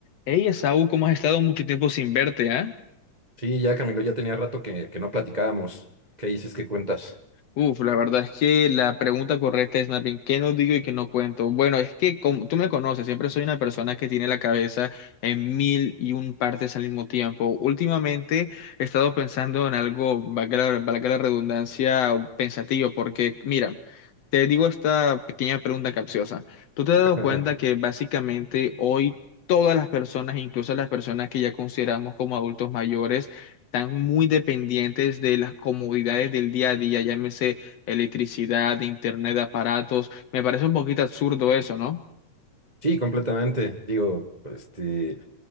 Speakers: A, on the left; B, on the right.
A: Hey, Esaú, ¿cómo has estado mucho tiempo sin verte, ah?
B: Sí, ya Camilo, ya tenía rato que, que no platicábamos. ¿Qué dices? ¿Qué cuentas?
A: Uf, la verdad es que la pregunta correcta es más bien, ¿qué no digo y qué no cuento? Bueno, es que como tú me conoces, siempre soy una persona que tiene la cabeza en mil y un partes al mismo tiempo. Últimamente he estado pensando en algo, valga la, valga la redundancia, pensativo, porque mira, te digo esta pequeña pregunta capciosa. ¿Tú te has
B: <laughs>
A: dado cuenta que básicamente hoy todas las personas, incluso las personas que ya consideramos como adultos mayores, están muy dependientes de las comodidades del día a día, llámese electricidad, internet, aparatos. Me parece un poquito absurdo eso, ¿no?
B: Sí, completamente. Digo, este,